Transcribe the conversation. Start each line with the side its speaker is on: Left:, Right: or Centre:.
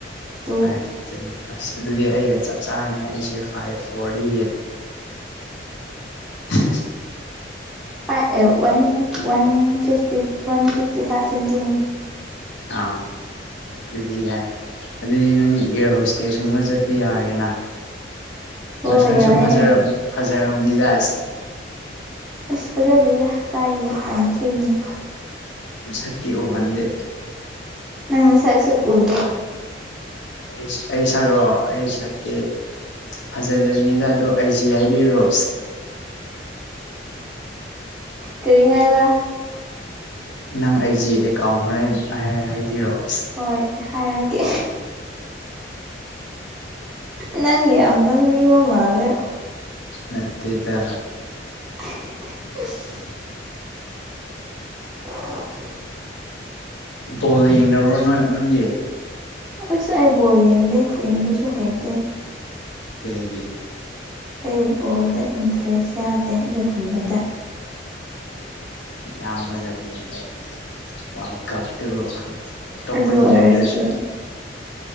Centre: two
Left: <unintelligible> ꯑꯁ ꯑꯗꯨꯗꯤ ꯑꯩꯒ ꯆꯞ ꯆꯥꯔꯅꯤ ꯍꯥꯏꯁꯦ ꯐꯥꯏꯚ ꯐꯣꯔꯗꯤ <unintelligible>
Centre: ꯥꯏ ꯑꯦ ꯋꯥꯟ ꯋꯥꯟ ꯐꯤꯐꯇꯤ ꯋꯥꯟ ꯐꯤꯐ ꯐꯤꯐꯊꯤ ꯐꯥꯏꯚ ꯁꯦꯟꯇꯤ
Left: ꯑꯥ ꯑꯗꯨꯗꯤ ꯌꯥꯔꯦ ꯑꯗꯨ ꯑꯗꯨꯗꯤ ꯅꯪ ꯏꯌꯔ ꯍꯣꯁ ꯇꯦꯖꯀꯨꯝꯕ ꯆꯠꯄ ꯌꯥꯔꯦꯅ
Centre: ꯍꯣꯏ
Left: ꯅꯁꯛꯁꯨ
Centre: ꯌꯥꯏꯌꯦ
Left: ꯐꯖꯔꯝ ꯐꯖꯔꯝꯅꯤꯗ <unintelligible>
Centre: ꯑꯁ ꯐꯖꯥꯗꯦꯗ ꯀꯥꯏꯗꯒꯤ ꯌꯥꯝ ꯊꯤꯕꯅꯦ
Left: ꯅꯁꯛꯇꯤ ꯎꯍꯟꯗꯦ
Centre: ꯅꯪ ꯅꯁꯛꯁꯨ ꯎꯗꯦ
Left: ꯑꯩ ꯑꯩ ꯁꯛꯔꯣ ꯑꯩ ꯁꯛꯇꯤ ꯐꯖꯥꯗꯕꯅꯤꯗ ꯑꯗꯣ ꯑꯥꯏꯖꯤ ꯍꯥꯏꯕꯤꯔꯨꯔꯣ
Centre: ꯀꯔꯤ ꯍꯥꯏꯕ
Left: ꯅꯪ ꯑꯥꯏꯖꯤ ꯑꯦꯀꯥꯎꯟ ꯍꯣꯔꯦꯟ ꯍꯥꯏ ꯍꯥꯏꯕꯤꯔꯛꯑꯣ
Centre: ꯍꯣꯏ ꯍꯥꯏꯔꯛꯀꯦ ꯅꯪ ꯌꯥꯝꯅ ꯅꯣꯛꯅꯤꯡꯕ ꯃꯥꯜꯂꯦ
Left: ꯅꯠꯇꯦꯗ
Centre: <unintelligible> <unintelligible>
Left: ꯕꯣꯜꯒ ꯌꯦꯡꯗꯕ꯭ꯔꯣ ꯅꯣꯏ ꯅꯪꯗꯤ
Centre: ꯑꯁ ꯑꯩ ꯕꯣꯜ ꯌꯦꯡꯗꯦ ꯌꯦꯡꯕꯁꯨ ꯍꯩꯇꯦ
Left: ꯀꯩꯒꯤ
Centre: ꯑꯩ ꯕꯣꯜꯗ ꯏꯟꯇꯔꯦꯁ ꯌꯥꯗꯦ ꯑꯗꯨꯒꯨꯝꯕꯗ
Left: ꯌꯥꯎꯒꯗꯕꯅꯦ ꯍꯦ ꯋꯥꯔꯜ ꯀꯞ ꯑꯗꯨꯕꯨ ꯑꯇꯣꯞꯄ
Centre: ꯑꯗꯨ
Left: ꯌꯦꯡꯗ꯭ꯔꯁꯨ
Centre: ꯑꯣꯏꯔꯁꯨ